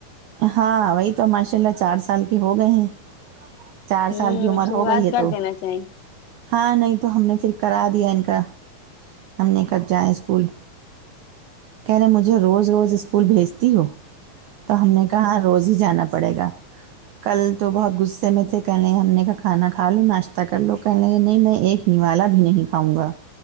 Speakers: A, on the right; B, on the left.
A: ہاں وہی تو ماشاء اللہ چار سال کے ہو گئے ہیں چار
B: ہوں
A: سال کی عمر
B: شروعات
A: ہو گئی ہے
B: کر
A: تو
B: دینا چاہیے
A: ہاں نہیں تو ہم نے پھر کرا دیا ان کا ہم نے کب جائیں اسکول کہہ رہے ہیں مجھے روز روز اسکول بھیجتی ہو تو ہم نے کہا روز ہی جانا پڑے گا کل تو بہت غصے میں تھے کہہ لیں ہم نے کا کھانا کھا لوں ناشتہ کر لو کہ لیں کہ نہیں میں ایک نیوالا بھی نہیں کھاؤں گا